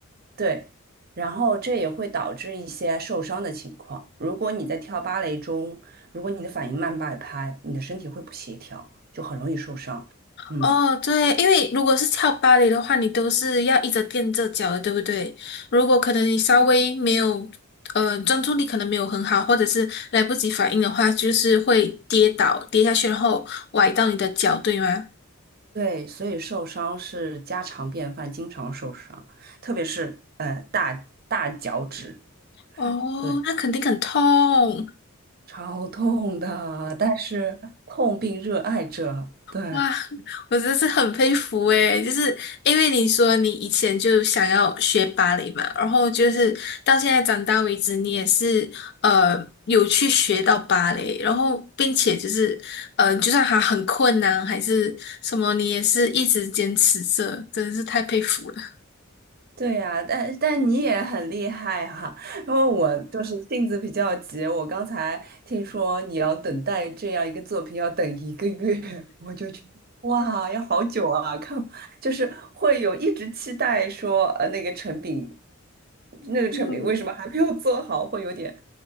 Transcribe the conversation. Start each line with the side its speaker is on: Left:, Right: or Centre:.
Right: 对，然后这也会导致一些受伤的情况。如果你在跳芭蕾中，如果你的反应慢半拍，你的身体会不协调，就很容易受伤。嗯，
Left: 哦，对，因为如果是跳芭蕾的话，你都是要一直垫着脚的，对不对？如果可能你稍微没有，呃，专注力可能没有很好，或者是来不及反应的话，就是会跌倒，跌下去，然后崴到你的脚，对吗？
Right: 对，所以受伤是家常便饭，经常受伤，特别是呃大大脚趾，
Left: 哦，
Right: 对，
Left: 那肯定很痛。
Right: 超痛的。但是痛并热爱着，对，
Left: 哇，我真是很佩服诶，就是因为你说你以前就想要学芭蕾嘛，然后就是到现在长大为止，你也是呃有去学到芭蕾，然后并且就是呃，就算还很困难还是什么，你也是一直坚持着，真的是太佩服了。
Right: 对呀，但但你也很厉害哈，因为我就是性子比较急，我刚才听说你要等待这样一个作品要等一个月，<laughs> 我就觉得哇，要好久啊！看，就是会有一直期待说，呃，那个成品，那个成品为什么还没有做好，
Left: 嗯
Right: 会有点